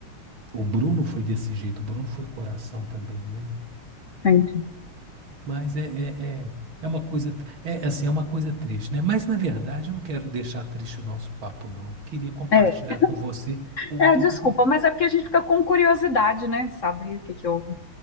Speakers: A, on the right; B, on the left.
A: o Bruno foi desse jeito, o Bruno foi coração também, né?
B: entendi.
A: Mas é, é, é, é uma coisa, é assim, é uma coisa triste, né? Mas na verdade eu não quero deixar triste o nosso papo, não. Queria compartilhar
B: É.
A: com você, é,
B: É,
A: queria
B: desculpa,
A: com-
B: mas é porque a gente fica com curiosidade, né, de saber o que que houve.